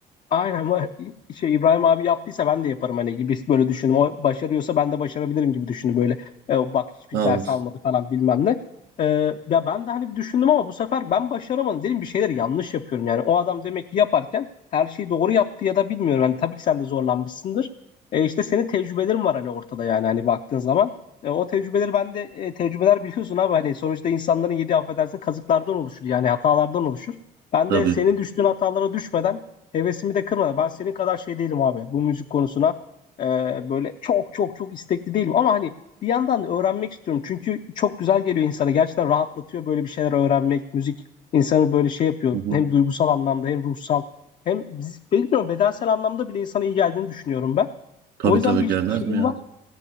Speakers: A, on the left (about 50°); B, on the right (about 80°).
A: aynen ama şey İbrahim abi yaptıysa ben de yaparım hani gibi böyle düşündüm. O başarıyorsa ben de başarabilirim gibi düşündüm böyle. E, bak hiçbir
B: Sağ
A: ders
B: olasın.
A: almadı falan bilmem ne. E, ya ben de hani bir düşündüm ama bu sefer ben başaramadım. Dedim bir şeyler yanlış yapıyorum yani. O adam demek ki yaparken her şeyi doğru yaptı ya da bilmiyorum. Hani tabii ki sen de zorlanmışsındır. E, işte senin tecrübelerin var hani ortada yani hani baktığın zaman. E, o tecrübeleri ben de e, tecrübeler biliyorsun abi hani sonuçta insanların yedi affedersin kazıklardan oluşur yani hatalardan oluşur. Ben
B: Tabii.
A: de senin düştüğün hatalara düşmeden hevesimi de kırmadan. Ben senin kadar şey değilim abi bu müzik konusuna. Ee, böyle çok çok çok istekli değilim. Ama hani bir yandan da öğrenmek istiyorum. Çünkü çok güzel geliyor insana. Gerçekten rahatlatıyor böyle bir şeyler öğrenmek. Müzik insanı böyle şey yapıyor.
B: Hı hı.
A: Hem duygusal anlamda hem ruhsal. Hem bilmiyorum bedensel anlamda bile insana iyi geldiğini düşünüyorum ben.
B: Tabii
A: O yüzden
B: tabii
A: bir
B: gelmez
A: şeyim
B: mi ya?
A: var.